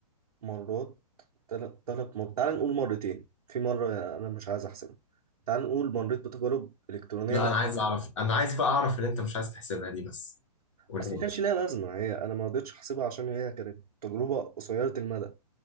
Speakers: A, on the right; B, on the left.
A: مرات ثلاث ثلاث مرات تعال نقول مرتين في مرة انا مش عايز احسبها تعال نقول مريت بتجارب الكترونية
B: لا انا عايز اعرف انا عايز بقى اعرف ان انت مش عايز تحسبها دي بس قولها
A: بس
B: لي
A: ما كانش ليها لازمه هي انا ما رضيتش احسبها عشان هي كانت تجربه قصيره المدى